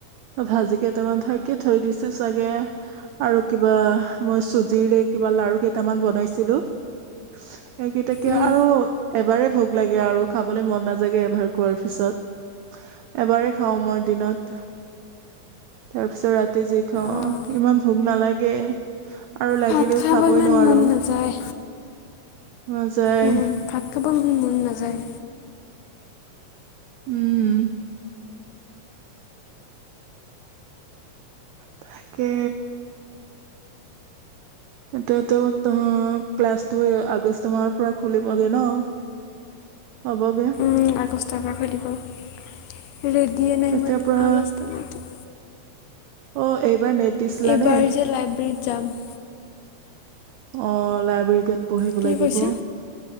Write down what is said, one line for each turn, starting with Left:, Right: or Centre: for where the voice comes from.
Right: ভাজি কেইটামান থাকে, থৈ দিছো চাগে। আৰু কিবা, মই চুজিৰে কিবা লাৰু কেইটামান বনাইছিলো। এইকেইটাকে,
Left: উম
Right: আৰু এবাৰে ভোক লাগে আৰু। খাবলৈ মন নাযায়গে এবাৰ খোৱাৰ পিছত। এবাৰেই খাওঁ মই দিনত। তাৰপিছত ৰাতি যি খাওঁ,
Left: অঁ
Right: ইমান ভোক নালাগে, আৰু লাগি
Left: ভাত
Right: গিলেও
Left: খাব
Right: খাবই
Left: ইমান
Right: নোৱাৰো,
Left: মন নাযায়
Right: নাযায়।
Left: উম ভাত খাব মন নাযায়।
Right: উম। তাকে। এতিয়াতো ত, ক্লাছটো আগষ্ট মাহৰ পৰা খুলিবগে ন? হবগে।
Left: উম আগষ্টৰ পৰা খুলিব। ৰেডিয়ে নাই
Right: তেতিয়াৰ
Left: মই
Right: পৰা
Left: আগষ্টলৈকে।
Right: অ, এইবাৰ নেট দিছিলা
Left: এইবাৰ
Right: নে
Left: যে লাইব্ৰেৰীত যাম।
Right: অ, লাইব্ৰেৰীত গৈ পঢ়িব
Left: কি
Right: লাগিব।
Left: কৈছে